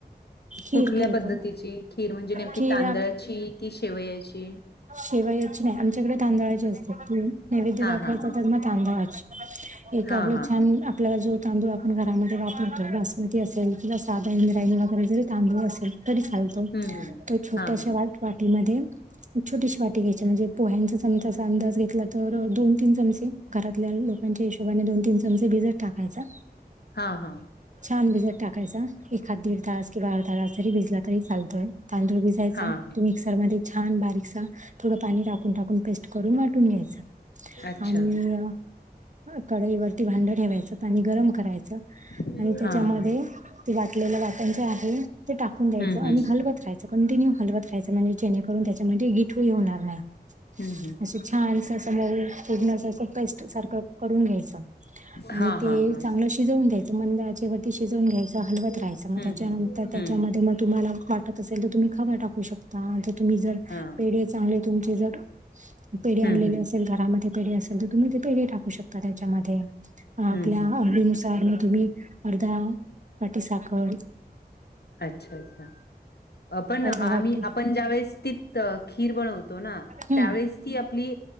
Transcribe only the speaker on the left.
कुठल्या
पद्धतीची खीर म्हणजे, नेमकी
तांदळाची की शेवयाची?
हा
हा हा
हा
हा
हा
हम्म हम्म
हा हा
हा हा.
हा हा
अच्छा
हा
हा.
हम्म
हम्म हम्म
हम्म
हा
हा हा.
हम्म
हम्म
हम्म
हा
हम्म
हम्म
हम्म हम्म
हम्म
अच्छा अच्छा! पण
आम्ही,
आपण ज्यावेेळेस तिथं खीर बनवतो ना
त्यावेळेस -- ती आपली